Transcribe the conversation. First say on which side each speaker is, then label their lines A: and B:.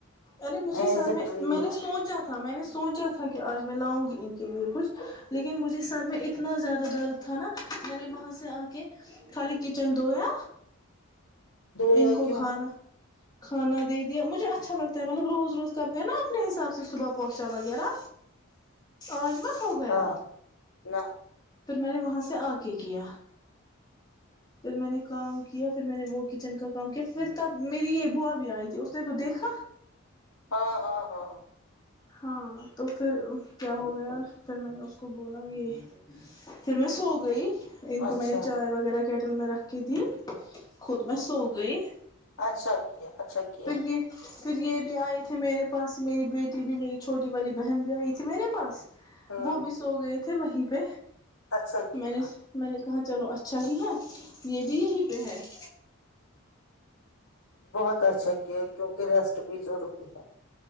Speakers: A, on the left (about 20°); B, on the left (about 80°).
A: ارے مجھے
B: ایز
A: سر
B: اے
A: میں
B: ٹریٹ
A: میں نے سوچا تھا میں نے سوچا تھا کہ آج میں لاؤں گی ان کے لیے کچھ لیکن مجھے سر میں اتنا زیادہ درد تھا نا میں نے وہاں سے آ کے خالی کچن دھویا
B: دو یا
A: ان کو
B: کیوں
A: کھانا کھا نا دے دیا مجھے اچھا لگتا ہے مطلب روز روز کرتے ہیں نا اپنے حساب سے صبح پہنچ ا وغیرہ آج مت ہو گیا
B: ہاں نہ
A: تو میں نے وہاں سے آ کے کیا پھر میں نے کام کیا پھر میں نے وہ کچن کا کام کیا پھر تب میری یہ بوا بھی آئی تھی اس نے تو دیکھا
B: ہاں ہاں ہاں
A: ہاں تو پھر کیا ہو گیا پھر میں نے اس کو بولا یہ پھر میں سو گئی ان
B: اچھا
A: کو میں نے چائے وغیرہ کیٹل میں رکھ کے دی خود میں سوگ گئی
B: اچھا کیا اچھا کیا
A: پھر یہ پھر یہ بھی آئے تھے میرے پاس ہی میری بیٹی بھی میری چھوٹی والی بہن بھی آئی تھی میرے پاس
B: ہوں
A: وہ بھی سو گئے تھے وہی پہ
B: اچھا کیا
A: مینے کہاں چلو اچھا ہی ہے یہ بھی یہی پہ ہے <inaudible>
B: بہت اچھا کیا کیونکہ ریسٹ بھی ضروری ہے